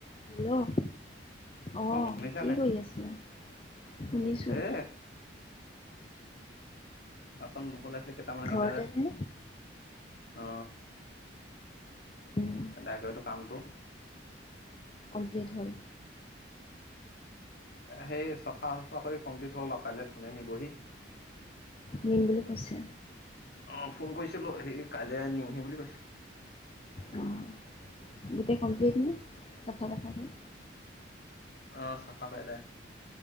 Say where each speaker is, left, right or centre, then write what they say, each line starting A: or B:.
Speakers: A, on the left; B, on the left.
A: Hello অ
B: অ শুনিছা
A: কি
B: নাই
A: কৰি আছিলা শুনিছো
B: এ বাচন ধুবলে আছিলে কেইটামান সিদা,
A: ঘৰতে নে?
B: অ
A: উম!
B: এদাই কৰিতো কামটো,
A: ধল
B: সেই চফা চফাকৈ কমপ্লিট হল কাইলৈ ধনে নিবহি
A: নিম বুলি কৈছে
B: অ ফোন কৰিছিলো সি কাইলৈ নিমহি বুলি কৈছে
A: অঁ, গোটেই কমপ্লিট নে চফা টাফা হৈ
B: অ চাফা কৰিলে